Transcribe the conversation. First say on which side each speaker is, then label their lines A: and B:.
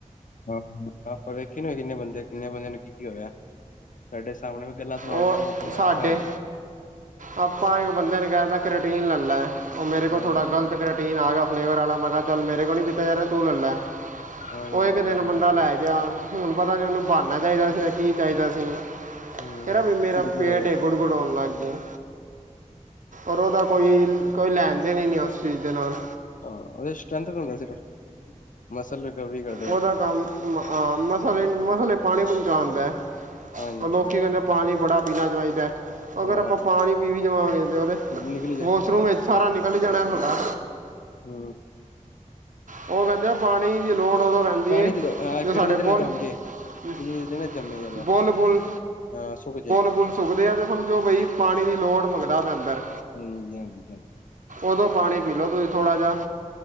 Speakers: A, on the left; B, on the right.
A: ਆਹ ਆਪਾਂ ਵੇਖਿਆ ਨਈ, ਕਿੰਨੇ ਬੰਦੇ ਕਿੰਨੇ ਬੰਦਿਆਂ ਨੂੰ ਕੀ -ਕੀ ਹੋਇਆ ਸਾਡੇ ਸਾਹਮਣੇ ਵੀ, ਗੱਲਾਂ ਸੁਣਾਉਣ
B: ਉਹ
A: ਲੱਗ ਜਾਣਗੀਆਂ
B: ਸਾਡੇ
A: ਘਰ ਦੀਆਂ।
B: ਆਪਾਂ ਇੱਕ ਬੰਦੇ ਨੇ ਕਹਿ ਤਾ, ਕਿਰਟੀਨ ਲੈ ਲੈ, ਉਹ ਮੇਰੇ ਕੋਲ
A: ਹਾਂਜੀ,
B: ਥੋੜਾ ਗ਼ਲਤ ਕਰੈਟੀਨ ਆ ਗਿਆ ਫਲੇਵਰ ਵਾਲਾ, ਮੈਂ ਕਿਹਾ ਕਿ, ਮੇਰੇ ਕੋਲ ਨਹੀਂ ਪੀਤਾ ਜਾ ਰਿਹਾ, ਤੂੰ ਲੈ ਲੈ
A: ਹਾਂਜੀ,
B: ਉਹ ਇੱਕ
A: ਹਾਂਜੀ,
B: ਦਿਨ
A: ਹਾਂਜੀ।
B: ਬੰਦਾ ਲੈ ਗਿਆ, ਹੁਣ ਪਤਾ ਨਹੀਂ ਉਹਨੂੰ ਬਹਾਨਾ ਚਾਹੀਦਾ ਸੀ, ਕੀ ਚਾਹੀਦਾ ਸੀ।
A: ਹੂੰ,
B: ਕਹਿੰਦਾ, ਵੀ ਮੇਰਾ
A: ਗੁੜ-ਗੁੜ
B: ਪੇਟ ਗੁੜ -ਗੁੜ ਹੋਣ ਲੱਗ ਗਿਆ ਔਰ ਉਹਦਾ, ਕੋਈ- ਕੋਈ ਲੈਣ- ਦੇਣ ਹੀ ਨਹੀ ਉਸ ਚੀਜ਼ ਦੇ ਨਾਲ
A: ਹਾਂ ਅਜੇ, ਸਟੰਟ ਕਢਾਉਣੇ ਸੀ ਸਿਰਫ ਮਸਲ ਰਿਕਵਰੀ ਕਰ
B: ਉਹਦਾ ਕੰਮ ਹਾਂ ਮਸਲੇ -ਮਸਲੇ ਪਾਣੀ ਪਹੁੰਚਾਣਦਾ
A: ਹਾਂਜੀ।
B: ਲੋਕੀ ਕਹਿੰਦੇ, ਪਾਣੀ ਬੜਾ ਪੀਣਾ ਚਾਹੀਦਾ। ਅਗਰ
A: ਨਾ
B: ਆਪਾਂ, ਪਾਣੀ ਪੀ ਵੀ ਜਾਵਾਂਗੇ, ਉਹ ਤੇ
A: ਨਿਕਲੀ ਜੇ,
B: ਵਾਸ਼ਰੂਮ ਵਿੱਚ, ਸਾਰਾ ਨਿਕਲ ਜਾਣਾ ਤੁਹਾਡਾ
A: ਹੂ।
B: ਉਹ ਕਹਿੰਦੇ ਆ, ਪਾਣੀ ਦੀ ਲੋੜ ਉਦੋਂ ਪੈਂਦੀ
A: ਪਾਣੀ
B: ਏ,
A: ਹਾਂ
B: ਜਦੋਂ
A: ਕਿਡਨੀ
B: ਸਾਡੇ ਬੁੱ--ਲ
A: ਤੇ ਨਾ ਜੰਮ ਜੇ,
B: ਬੁਲ-
A: ਕਿਡਨੀ ਤੇ ਨਾ ਜੰਮੇ ਜ਼ਿਆਦਾ,
B: ਬੁੱਲ ਬੁਲ,
A: ਹਾਂ ਸੁੱਕ ਜੇ।
B: ਬੁੱਲ ਸੁੱਕਦੇ ਆ ਤੇ ਸਮਝੋ ਬਈ, ਪਾਣੀ ਦੀ ਲੋੜ ਮੰਗਦਾ ਪਿਆ ਅੰਦਰ
A: ਹਾਂਜੀ -ਹਾਂਜੀ।
B: ਉਦੋਂ, ਪਾਣੀ ਪੀ ਲਓ ਤੁਸੀਂ ਥੋੜਾ ਜਿਹਾ,